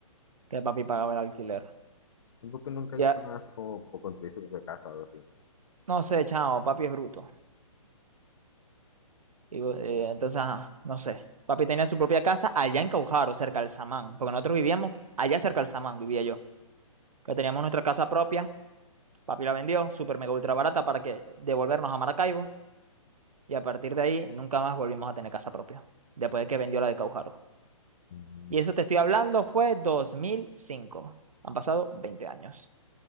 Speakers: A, on the right; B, on the left.
A: que papi pagaba el alquiler.
B: ¿Y por qué nunca
A: Ya,
B: hizo nada así como, como construir su propia casa o algo así?
A: no sé, chao, papi es bruto. Y, bu- eh, entonces, ajá, no sé. Papi tenía su propia casa allá en Caujaro, cerca del Samán, porque nosotros vivíamos allá cerca del Samán, vivía yo. Que teníamos nuestra casa propia, papi la vendió, super mega ultra barata para que devolvernos a Maracaibo. Y a partir de ahí nunca más volvimos a tener casa propia, después de que vendió la de Caujaro.
B: Mm,
A: Y eso te estoy hablando fue dos mil cinco Han pasado 20 años.